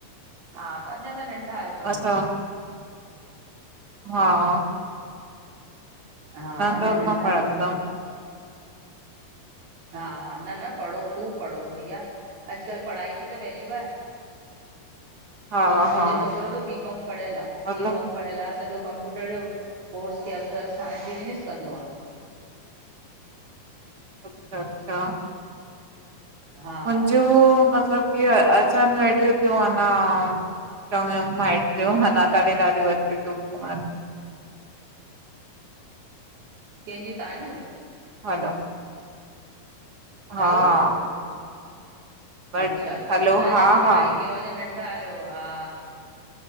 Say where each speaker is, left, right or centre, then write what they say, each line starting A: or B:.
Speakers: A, on the right; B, on the right.
A: हा, त अञा त नंढ़ा आयो।
B: असां हा
A: हा, अञा
B: त
A: नंढ़ा
B: मां पढ़ंदमि
A: आयो। हा हा, न न, पढ़ो ख़ूब पढ़ो, भइया अॼकल पढ़ाई जी त वैल्यू आहे,
B: हा
A: मुंजो
B: हा
A: छोकरो त बी, कॉम पढ़यल आहे,
B: मतलब
A: बी, कॉम पढ़यल आ, सॼो कंप्यूटर जो कोर्स क्यल तस, हाणे बिज़निस कंदो आ।
B: अच्छा अच्छा
A: हा
B: मुजूं, मतलब की अचन वेठियूं त्यूं अञा। चङयूं माइट्रयूं अञा
A: कंहिंजूं
B: ताणी ॾाढ़यूं अची चुकयूं अन।
A: केजूं, तहां ज्यूं?
B: हलो!
A: हलो
B: हा बट
A: अच्छा अच्छा,
B: हलो
A: त अञा
B: हा
A: त पढ़ाई
B: हा
A: क्यो अञा नंढ़ा आयो, हा